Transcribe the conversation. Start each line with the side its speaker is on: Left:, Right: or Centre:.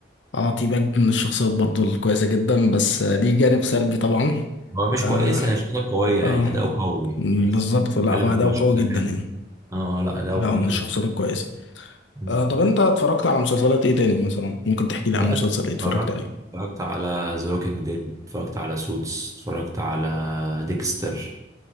Left: اه تيباج من الشخصيات برضو الكويسة جدا بس آه، ليه جانب سلبي طبعا
Right: هو مش
Left: اه
Right: كويسة هي شخصية قوية
Left: اه
Right: يعني أداؤه قوي يعني بس
Left: بالظبط
Right: بتكلم
Left: لا هو
Right: إن
Left: ده
Right: هو شخصية
Left: قوي جدا
Right: حلوة
Left: يعني
Right: آه آه، لا أداؤه
Left: لا
Right: قوي
Left: هو من الشخصيات
Right: يعني
Left: الكويسة
Right: مم.
Left: آه طب انت اتفرجت على مسلسلات ايه تاني مثلا؟ ممكن تحكي لي
Right: والله
Left: عن مسلسل ايه اتفرجت
Right: اتفرجت
Left: عليه؟
Right: اتفرجت على ذا ووكينج ديد اتفرجت على سوتس اتفرجت على ديكستر